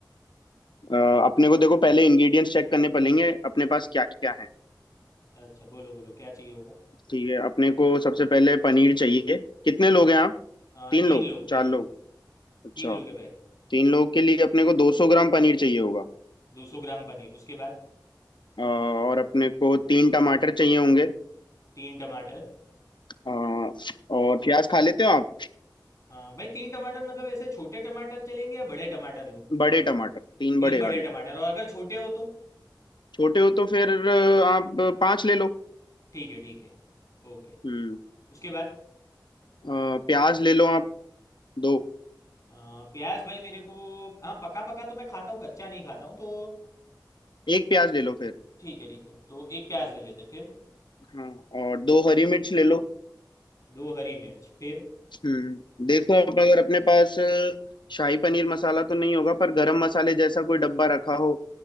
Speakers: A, on the left; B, on the left.
A: अ, अपने को देखो पहले इंग्रेडिएंट्स चेक करने पड़ेंगे अपने पास क्या क्या है
B: अच्छा बोलो बोलो क्या चाहिए होगा
A: ठीक है अपने को सबसे पहले पनीर चाहिए कितने लोग हैं आप
B: अ,
A: तीन
B: तीन
A: लोग
B: लोग
A: चार
B: तीन
A: लोग
B: लोग
A: अच्छा
B: तीन लोग है भाई
A: तीन लोगों के लिए अपने को 200 ग्राम पनीर चाहिए होगा
B: दो सौ ग्राम पनीर उसके बाद
A: अ, और अपने को तीन टमाटर चाहिए होंगे
B: तीन टमाटर
A: अ, और प्याज खा लेते हो आप
B: हाँ भाई तीन टमाटर मतलब ऐसे छोटे टमाटर चलेंगे या बड़े टमाटर लूँ
A: बड़े टमाटर तीन
B: तीन
A: बड़े
B: बड़े
A: वाले
B: टमाटर और अगर छोटे हो तो
A: छोटे हो तो फिर अ, आप पांच ले लो
B: ठीक है ठीक है ओके
A: हम्म
B: उसके बाद
A: अ, प्याज ले लो आप दो
B: अ, प्याज भाई मेरे को हाँ पका पका तो मैं खाता हूँ कच्चा नहीं खाता हूँ तो
A: एक प्याज ले लो फिर
B: ठीक है ठीक है तो एक प्याज ले लेते फिर
A: हाँ और दो हरी मिर्च ले लो
B: दो हरी मिर्च फिर
A: हम्म देखो आप अगर अपने पास अ, शाही पनीर मसाला तो नहीं होगा पर गरम मसाले जैसा कोई डब्बा रखा हो